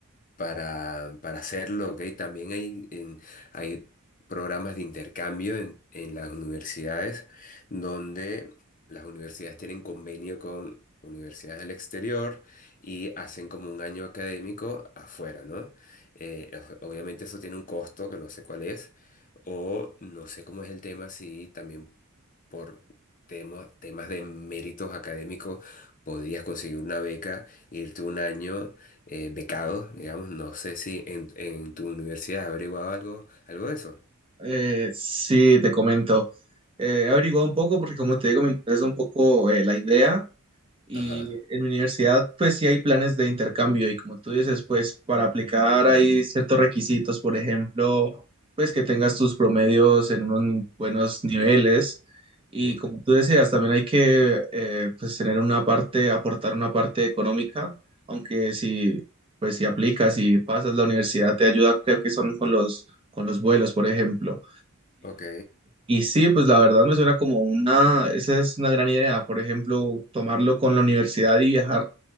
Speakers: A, on the left; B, on the right.
A: para, para hacerlo, ¿ok? También hay, en- hay programas de intercambio en, en las universidades donde las universidades tienen convenio con universidades del exterior y hacen como un año académico afuera, ¿no? Eh, o- obviamente eso tiene un costo que no sé cuál es, o no sé cómo es el tema, si también por... temo- temas de méritos académicos, podrías conseguir una beca, irte un año eh, becados, digamos. No sé si en, en tu universidad has averiguado algo, algo de eso.
B: Eh, sí, te comento. Eh, he averiguado un poco porque como te digo, me interesa un poco eh, la idea. Y
A: Ajá,
B: en mi universidad, pues sí hay planes de intercambio y como tú dices, pues para aplicar hay ciertos requisitos, por ejemplo, pues que tengas tus promedios en unos buenos niveles y
A: sí,
B: como tú decías, también hay que eh, pues tener una parte, aportar una parte económica, aunque si pues si aplicas y pasas la universidad te ayuda, creo que son con los con los vuelos, por ejemplo.
A: ok.
B: Y sí, pues la verdad me suena como una, esa es una gran idea, por ejemplo, tomarlo con la universidad y viajar